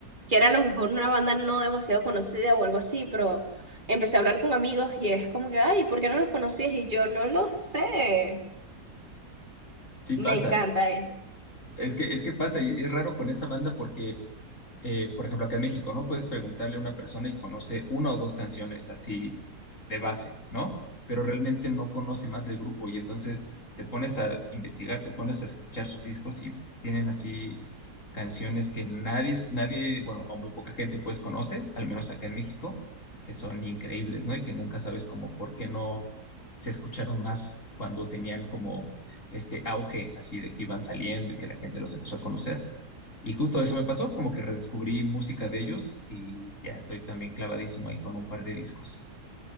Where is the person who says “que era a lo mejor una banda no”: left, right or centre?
Right